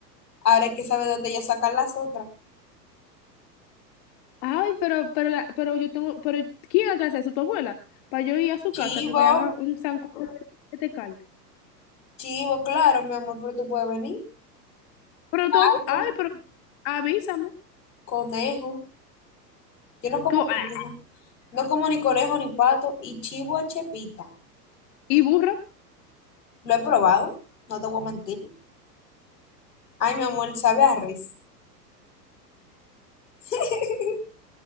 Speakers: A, on the left; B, on the left.
A: ahora hay que saber dónde ya sacar las otras.
B: Ay, pero, pero, la, pero yo tengo, pero ¿quién haga eso? ¿Tu abuela? Para yo ir a su
A: Chivo,
B: casa, que me haga un sancocho de carne.
A: chivo, claro, mi amor, pero tú puedes venir.
B: Pero
A: Pato,
B: tu abu- ay, pero avísame.
A: conejo. Yo no como
B: Co-
A: conejo.
B: ah,
A: No como ni conejo ni pato. Y chivo a chepita.
B: Y burro.
A: Lo he probado, no te voy a mentir. Ay, mi amor, sabe a res. <laughs>